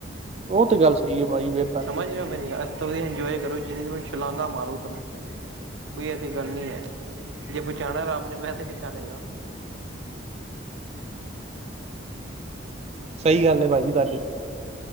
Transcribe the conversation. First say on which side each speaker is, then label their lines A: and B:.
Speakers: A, on the right; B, on the right.
A: ਉਹ ਤਾਂ ਗੱਲ ਸਹੀ ਹੈ, ਭਾਜੀ ਫੇਰ ਤਾਂ।
B: ਸਮਝ ਰਹੇ ਹੋ ਇਸ ਤੋ ਵਧੀਆ ਇੰਜੋਏ ਕਰੋ, ਜਿਣੀ ਮਰਜੀ ਛਲਾਂਘਾ ਮਾਰੋ ਤੂੰਰੋ, ਕੋਈ ਐਸੀ ਗੱਲ ਨੀ ਹੈ। ਜੇ ਬਚਾਣਾ ਰੱਬ ਨੇ, ਵੈਸੇ ਬਚਾਲੇ ਗਾ। <unintelligible>
A: ਸਹੀ ਗੱਲ ਹੈ ਭਾਜੀ ਤੁਹਾਡੀ,